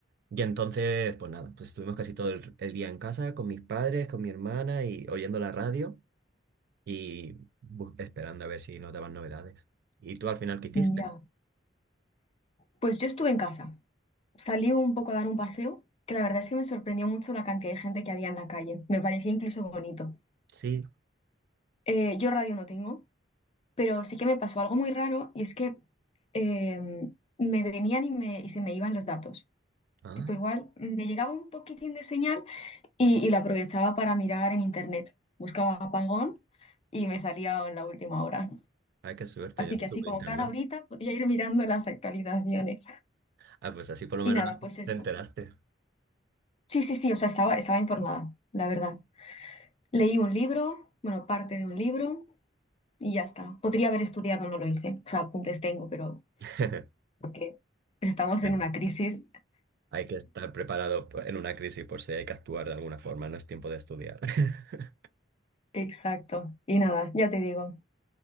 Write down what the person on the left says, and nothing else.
Ya, pues yo estuve en casa. Salí un poco a dar un paseo, que la verdad es que me sorprendió mucho la cantidad de gente que había en la calle. Me parecía incluso bonito.
Eh, yo radio no tengo, pero sí que me pasó algo muy raro y es que eh, me venían y, me, y se me iban los datos.
Tipo, igual mm, me llegaba un poquitín de señal y, y lo aprovechaba para mirar en internet. Buscaba apagón y me salía en la última hora.
Así
que
así como
cada horita podía ir mirando las actualizaciones.
Y
nada, pues eso.
Sí, sí, sí, o sea, estaba, estaba informada, la verdad. Leí un libro, bueno, parte de un libro y ya está. Podría haber estudiado, no lo hice. O sea, apuntes tengo, pero
porque estamos
en una crisis
Exacto. Y nada, ya te digo,